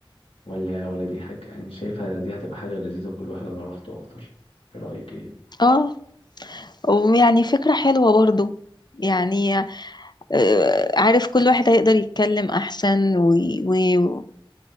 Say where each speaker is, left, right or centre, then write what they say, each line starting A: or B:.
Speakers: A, on the left (about 75°); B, on the left (about 50°).
A: ولا ولا دي حاجة يعني شايفها دي هتبقى حاجة لذيذة كل واحد على راحته أكتر إيه رأيك إيه؟
B: اه ويعني فكرة حلوة برضو يعني آه، عارف كل واحد هيقدر يتكلم أحسن و... و...